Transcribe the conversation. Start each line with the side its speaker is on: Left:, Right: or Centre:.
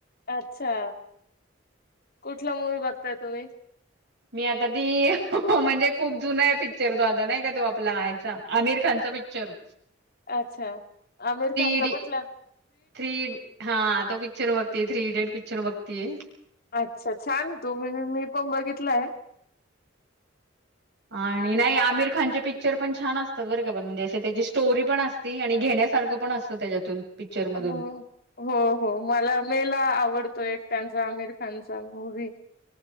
Left: अच्छा कुठला मूवी बघताय तुम्ही.
Right: मी आता ती म्हणजे खूप जुनाय आहे पिक्चर तो आता नाही का तो आपला हेचा आमिर खानचा. तो पिचर.
Left: अच्छा आमिर खानचा
Right: इडी
Left: कुठला.
Right: थ्री हा तो पिक्चर बघतीय थ्री इडियट पिक्चर बघतीय.
Left: अच्छा छान आहे तो म मी पण बघितलाय.
Right: आणि नाही आमिर खान चे पिक्चर पण छान असतात बरर म्हणजे असे त्याची स्टोरी पण असती आणि घेण्यासारखं पण असतं त्याच्यातून. पिक्चर मधून
Left: हो हो हो मला लय ला आवडतो. तो एक त्यांचा आमिर खानचा मूवी